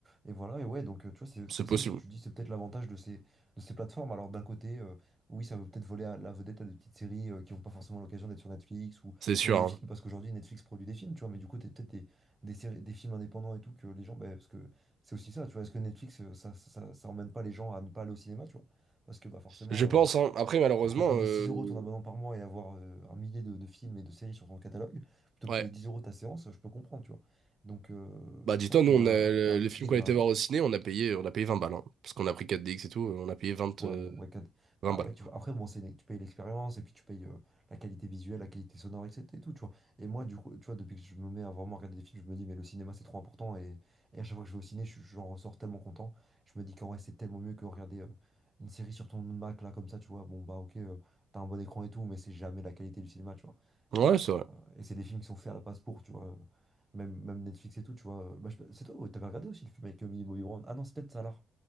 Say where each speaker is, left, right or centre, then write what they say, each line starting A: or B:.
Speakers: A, on the right; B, on the right.
A: Et voilà, et ouais, donc euh, tu vois, c'est
B: C'est
A: c'est
B: possible.
A: ça aussi, tu dis, c'est peut-être l'avantage de ces, de ces plateformes. Alors d'un côté, euh, oui, ça veut peut-être voler à la vedette à des petites séries euh, qui n'ont pas forcément l'occasion d'être sur Netflix ou
B: C'est sûr.
A: même des
B: hein.
A: films, parce qu'aujourd'hui Netflix produit des films, tu vois, mais du coup, t'as peut-être des, des séries, des films indépendants et tout, que les gens, ben, parce que c'est aussi ça, tu vois, est-ce que Netflix, euh, ça, ça, ça, ça emmène pas les gens à ne pas aller au cinéma, tu vois? Parce que bah, forcément,
B: Je pense,
A: euh,
B: hein. Après, malheureusement.
A: entre payer
B: euh,
A: 6 euros ton abonnement par mois et avoir euh, un millier de, de films et de séries sur ton catalogue, plutôt
B: Ouais.
A: que payer 10 euros ta séance, je peux comprendre, tu vois. Donc, euh,
B: Bah
A: je
B: dis-toi,
A: pense
B: nous
A: qu'il
B: on
A: y a
B: a
A: un,
B: le,
A: il y a un
B: le
A: équilibre,
B: film qu'on
A: il
B: était
A: y a un,
B: voir au ciné, on a payé, on a payé vingt balles, hein, parce qu'on a pris quatre D X et tout, on a payé 20
A: Ouais,
B: euh,
A: bon, ouais, quatre-
B: 20
A: Bah
B: balles.
A: ouais, tu vois. Après, bon, c'est tu payes l'expérience et puis tu payes euh, la qualité visuelle, la qualité sonore, etc. et tout, tu vois. Et moi, du coup, tu vois, depuis que je me mets à vraiment regarder des films, je me dis, mais le cinéma, c'est trop important. Et, et à chaque fois que je vais au ciné, je- j'en ressors tellement content. Je me dis qu'en vrai, c'est tellement mieux que regarder euh, une série sur ton Mac, là, comme ça, tu vois. Bon, bah, ok, euh, t'as un bon écran et tout, mais c'est jamais la qualité du cinéma, tu vois.
B: Ouais,
A: Et, euh,
B: c'est vrai.
A: et c'est des films qui sont faits à la passe pour, tu vois. euh, Même, même Netflix et tout, tu vois. Bah, je- c'est toi, ouais, t'avais regardé aussi le film avec euh, Millie Bobby Brown. Ah non, c'est peut-être Salah